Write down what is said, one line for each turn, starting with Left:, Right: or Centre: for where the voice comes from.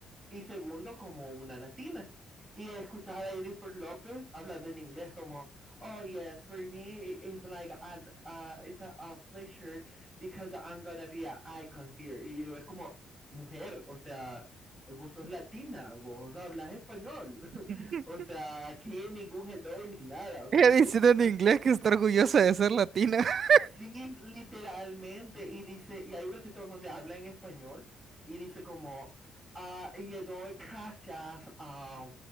Centre: y segundo como una latina. Y escuchar a Jennifer López hablando en inglés como, oh yes, for me it's like an, uh, it's a, a, pleasure because I'm gonna be an icon here. Y es como, mujer, o sea, vos sos latina, vos hablas español. <laughs>
Right: <laughs>
Centre: o sea, aquí ningún hello ni nada. O sea,
Right: Ella
Centre: aquí
Right: diciendo
Centre: eh,
Right: en inglés que está orgullosa de ser latina. <laughs>
Centre: Sí, literalmente. Y dice, y hay un ratito donde habla en español y dice como, ah, y le doy gracias a,